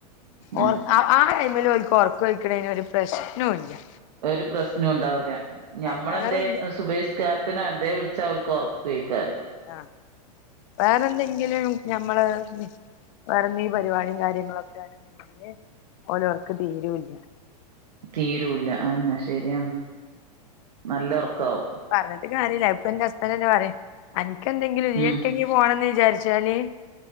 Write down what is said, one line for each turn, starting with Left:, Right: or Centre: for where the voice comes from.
Right: ഉം
Left: ഒർ ആഹ് ആഹ് ആ ടൈമില് ഓലിക്ക് ഒറക്കൊയിക്കണേന് ഒരു പ്രശ്നോല്ലാ
Right: ഒരു പ്രശ്നോം ഉണ്ടാവൂല്ലാ ഞമ്മളെന്തേ
Left: വേറെന്ത്
Right: സുബൈസ് ക്കാരത്തിനോ എന്തേ വിളിച്ചാ ഓലിക്ക് ഒറക്കു ആയിക്കാരം
Left: ആഹ് വേറെന്തെങ്കിലും ഞമ്മള് ഇനി വേറെന്തെങ്കി പരിപാടിയും കാര്യങ്ങളൊക്കെ ആണ്ന്ന് <unintelligible> ഓലൊർക്ക് തീരോല്ലാ
Right: തീരൂല്ലാ ആന്നെ ശരിയാണ് നല്ല ഒറക്കാവും
Left: പറഞ്ഞിട്ട് കാര്യല്ല അത് ഇപ്പം എന്റെ ഹസ്ബൻഡെന്നെ പറയും അൻക്കെന്തെങ്കിലും <unintelligible>
Right: ഉം
Left: പോണന്ന് വിചാരിച്ചാല്